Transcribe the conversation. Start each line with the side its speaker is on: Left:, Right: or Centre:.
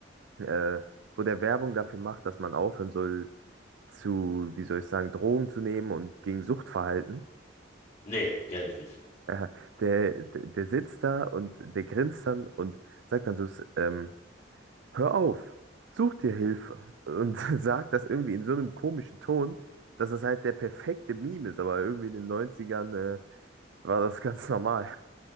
Right: äh, wo der Werbung dafür macht, dass man aufhören soll zu, wie soll ich sagen, Drogen zu nehmen und gegen Suchtverhalten?
Left: Nee, kenne ich nicht.
Right: Äh, der, der, der sitzt da und der grinst dann und sagt dann so, s- ähm, hör auf, such dir Hilfe. Und <laughs> sagt das irgendwie in so einem komischen Ton, dass das halt der perfekte Meme ist, aber irgendwie in den Neunzigern äh, war das ganz normal.